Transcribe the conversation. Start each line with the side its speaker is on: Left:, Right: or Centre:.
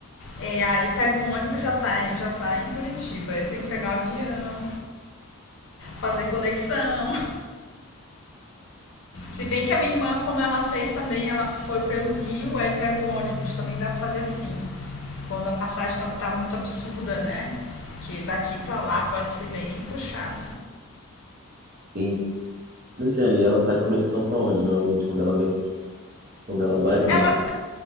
Left: É, aí pega um ônibus já tá, em- já tá em Curitiba. Eu tenho que pegar o avião. fazer conexão. Se bem que a minha irmã, como ela fez também, ela foi pelo Rio, aí pega o ônibus, também dá pra fazer assim. Quando a passagem tá, tá muito absurda, né? Que daqui pra lá pode ser bem puxado.
Right: Sim. Luciane, e ela faz conexão pra onde, normalmente, quando ela vem, quando ela vai pra
Left: Ela,
Right: Mata?